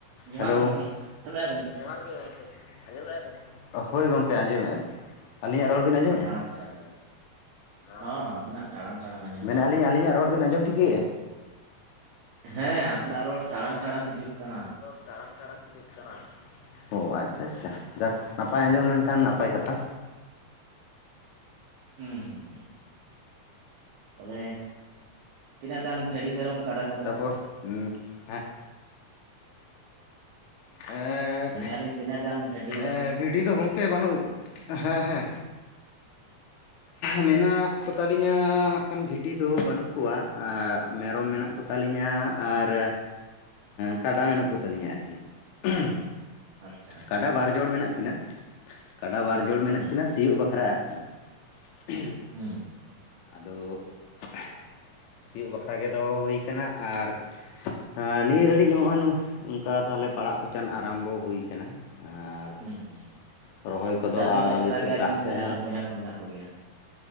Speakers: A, on the right; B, on the left.
A: ᱡᱚᱦᱟᱨ
B: ᱦᱮᱞᱳ
A: ᱜᱮ ᱜᱚᱝᱠᱮ ᱟᱸᱡᱚᱢᱮᱜᱼᱟ ᱵᱮᱱ
B: ᱡᱚᱦᱟᱨ ᱜᱮ ᱜᱚᱢᱠᱮ ᱟᱸᱡᱚᱢᱮᱫᱼᱟ ᱵᱮᱱ ᱦᱳᱭ ᱜᱚᱢᱠᱮ ᱟᱸᱡᱚᱢᱮᱫᱼᱟ ᱞᱤᱧ᱾ ᱟᱹᱞᱤᱧᱟᱜ ᱨᱚᱲ ᱵᱤᱱ ᱟᱸᱡᱚᱢᱮᱫᱼᱟ᱾
A: ᱟᱪᱪᱷᱟ ᱟᱪᱪᱷᱟ ᱟᱪᱪᱷᱟ᱾ ᱦᱚᱸ
B: ᱟᱪᱪᱷᱟ ᱟᱪᱪᱷᱟ
A: ᱟᱵᱤᱱᱟᱜ ᱴᱟᱲᱟᱝ ᱴᱟᱲᱟᱝ ᱟᱸᱡᱚᱢ
B: ᱢᱮᱱᱮᱫ
A: ᱦᱤᱡᱩᱜ
B: ᱟᱹᱞᱤᱧ
A: ᱠᱟᱱᱟ
B: ᱟᱹᱞᱤᱧᱟᱜ ᱨᱚᱲ ᱵᱤᱱ ᱟᱸᱡᱚᱢ ᱴᱷᱤᱠᱟᱹᱭᱮᱫᱼᱟ?
A: ᱦᱮᱸ ᱟᱵᱤᱱᱟᱜ ᱨᱚᱲ ᱴᱟᱲᱟᱝ ᱴᱟᱲᱟᱝ ᱦᱤᱡᱩᱜ ᱠᱟᱱᱟ᱾
B: ᱴᱟᱲᱟᱝ ᱴᱟᱲᱟᱝ ᱦᱤᱡᱩᱜ ᱠᱟᱱᱟ ᱚ ᱟᱪᱪᱷᱟ ᱟᱪᱪᱷᱟ ᱡᱟᱠ ᱱᱟᱯᱟᱭ ᱟᱸᱡᱚᱢ ᱞᱮᱱᱠᱷᱟᱱ ᱱᱟᱯᱟᱭ ᱠᱟᱛᱷᱟ᱾
A: ᱦᱩ ᱦᱩ ᱦᱩ ᱦᱩ ᱛᱚᱵᱮ ᱛᱤᱱᱟᱹᱜ ᱜᱟᱱ ᱵᱷᱮᱰᱤ ᱢᱮᱨᱚᱢ ᱠᱟᱰᱟᱼᱼ
B: ᱛᱟᱨᱯᱚᱨ ᱦᱩᱸ ᱦᱮᱸ᱾ ᱮᱸᱫᱻ
A: ᱟᱹᱞᱤᱧ ᱛᱤᱱᱟᱹᱜ ᱜᱟᱱ ᱵᱷᱮᱰᱟ?
B: ᱮᱸ ᱵᱷᱤᱰᱤ ᱫᱚ ᱜᱚᱝᱠᱮ ᱵᱟᱹᱱᱩᱜ, ᱦᱮᱸ ᱦᱮᱸ᱾ ᱢᱮᱱᱟᱜ ᱠᱚᱛᱟᱞᱤᱧᱟ ᱦᱟᱸᱜ ᱠᱷᱟᱱ ᱵᱷᱤᱰᱤ ᱫᱚ ᱵᱟᱹᱱᱩᱜ ᱠᱚᱣᱟ ᱢᱮᱨᱚᱢ ᱢᱮᱱᱟᱜ ᱠᱚ ᱛᱟᱹᱞᱤᱧᱟ ᱟᱨᱼᱼ
A: <inaudible>
B: ᱠᱟᱰᱟ ᱢᱮᱱᱟᱜ ᱠᱚᱛᱟᱞᱤᱧᱟ ᱟᱨᱠᱤ, ᱩᱸᱦ᱾
A: ᱟᱪᱪᱷᱟ ᱟᱪᱪᱷᱟ
B: ᱠᱟᱰᱟ ᱵᱟᱨ ᱡᱚᱲ ᱢᱮᱱᱟᱜ ᱠᱤᱱᱟ ᱠᱟᱰᱟ ᱵᱟᱨ ᱡᱚᱲ ᱢᱮᱱᱟᱜ
A: ᱦᱩᱸ
B: ᱠᱤᱱᱟ ᱥᱤᱭᱳᱜ ᱵᱟᱠᱷᱨᱟ ᱟᱨᱠᱤ᱾ ᱩᱸᱦ᱾
A: ᱦᱩᱸ᱾
B: ᱟᱫᱚ, ᱮᱸᱦ ᱥᱤᱭᱳᱜ ᱵᱟᱠᱷᱨᱟ ᱜᱮ ᱫᱚᱦᱚ ᱦᱩᱭ ᱠᱟᱱᱟ ᱟᱨᱼᱼ ᱟᱸ ᱱᱤᱭᱟᱹ ᱜᱷᱟᱹᱲᱤᱡ ᱱᱚᱜᱼᱚᱭ ᱱᱚ ᱚᱝᱠᱟ ᱛᱟᱦᱞᱮ ᱯᱟᱲᱟᱜ ᱯᱚᱪᱟᱱ ᱟᱨᱟᱢᱵᱚ ᱦᱩᱭ ᱟᱠᱟᱱᱟ᱾ ᱟᱨ
A: ᱦᱩᱸ ᱦᱩᱸ,
B: ᱨᱚᱦᱚᱭ ᱠᱚᱫᱚ
A: ᱪᱪᱷᱟ ᱟᱵᱮᱱ
B: ᱟᱞᱮ
A: ᱫᱚ ᱮᱠᱞᱟ
B: ᱥᱮᱫ
A: ᱜᱮᱭᱟᱵᱮᱱ
B: ᱫᱟᱜ
A: ᱥᱮ
B: ᱠᱚᱦᱚᱸ
A: ᱟᱨᱚ ᱵᱚᱭᱦᱟ ᱠᱚ ᱢᱮᱱᱟᱜ ᱠᱚ ᱜᱮᱭᱟ?